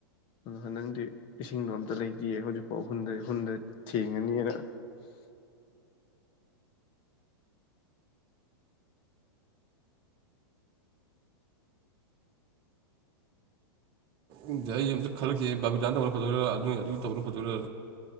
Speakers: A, on the left; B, on the right.
A: ꯑꯗ ꯍꯟꯗꯛꯇꯤ ꯏꯁꯤꯡꯗꯣ ꯑꯝꯇ ꯂꯩꯇꯦꯌꯦ ꯍꯧꯖꯤꯛꯐꯥꯎ ꯍꯨꯟꯗ ꯍꯨꯟꯗ ꯊꯦꯡꯉꯅꯤꯌꯦ꯭ꯅ
B: ꯎꯝꯗꯦ ꯑꯩ ꯑꯃꯝꯇ ꯈꯜꯂꯛꯈꯤꯒꯦ ꯕꯥꯕꯤꯗꯥꯟ ꯇꯧꯕꯅ ꯐꯗꯣꯏꯔ ꯑꯗꯨꯏ ꯅ ꯑꯗꯨꯒꯤ ꯇꯧꯕꯅ ꯐꯗꯣꯏꯔꯥ